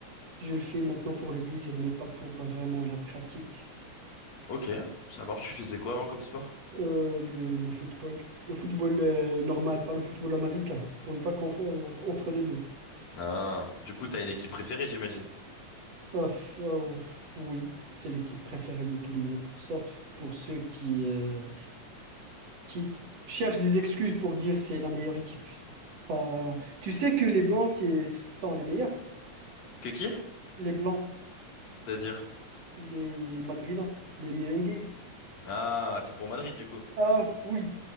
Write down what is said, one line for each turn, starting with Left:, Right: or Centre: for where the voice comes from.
Right: je le fais maintenant pour le plaisir, mais pas pour euh, vraiment la pratique.
Left: Ok, ça marche. Tu faisais quoi avant comme sport?
Right: Euh, le, le football, le football euh, normal, pas le football américain, pour ne pas confondre entre les deux.
Left: Ah, du coup, t'as une équipe préférée, j'imagine.
Right: Euh, f- euh, oui, c'est l'équipe préférée de tout le monde, sauf pour ceux qui, euh, qui t- cherchent des excuses pour dire c'est la meilleure équipe. Pas... Tu sais que les Blancs qui sont les meilleurs,
Left: Que qui?
Right: les Blancs,
Left: C'est-à-dire?
Right: les Madrilènes, les Merengues.
Left: Ah, t'es pour Madrid, du coup.
Right: Ah oui,